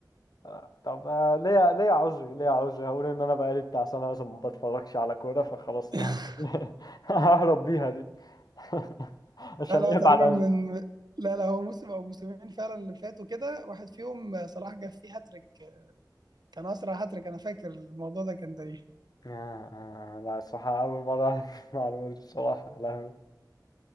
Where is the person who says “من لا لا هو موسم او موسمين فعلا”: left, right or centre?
Right